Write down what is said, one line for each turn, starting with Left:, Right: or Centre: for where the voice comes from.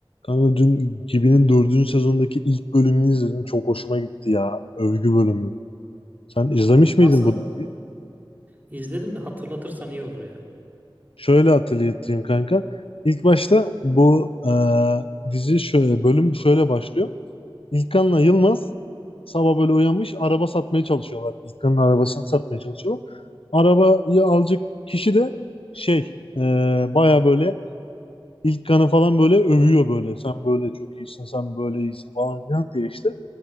Left: Kanka dün Gibi'nin dördüncü sezondaki ilk bölümünü izledim. Çok hoşuma gitti ya. Övgü bölümü. Sen izlemiş miydin
Right: Nasıl?
Left: bu diziyi?
Right: İzledim de hatırlatırsan iyi olur ya.
Left: Şöyle hatırlatayım kanka. İlk başta bu e, dizi şöyle, bölüm şöyle başlıyor. İlkan'la Yılmaz sabah böyle uyanmış araba satmaya çalışıyorlar. İlkan'ın arabasını satmaya çalışıyorlar. Arabayı alacak kişi de şey e, baya böyle İlkan'ı falan böyle övüyor böyle. Sen böyle çok iyisin, sen böyle iyisin falan filan diye işte.